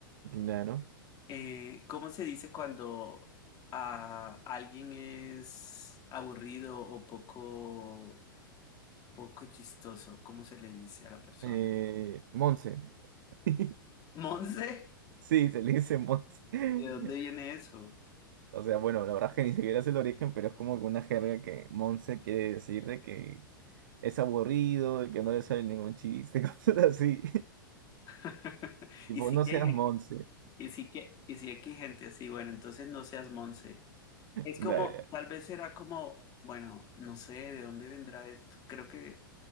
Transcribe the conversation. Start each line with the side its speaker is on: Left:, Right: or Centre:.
Right: claro.
Left: Eh, ¿cómo se dice cuando a alguien es aburrido o poco, poco chistoso? ¿Cómo se le dice a la persona?
Right: Eh... Monse. <laughs>
Left: <laughs> ¿Monse?
Right: Sí, se le dice Monse. <laughs>
Left: ¿De dónde viene eso?
Right: O sea, bueno, la verdad es que ni siquiera es el origen, pero es como que una jerga que Monse quiere decir de que es aburrido, de que no le sale ningún chiste, <laughs> cosas así.
Left: <laughs>
Right: Tipo,
Left: Y sí
Right: no
Left: que
Right: seas
Left: hay gente,
Right: Monse.
Left: y sí que, y sí que hay gente así, bueno, entonces no seas Monse. Es
Right: Dale,
Left: como, tal vez será como, bueno, no sé de dónde vendrá esto. Creo que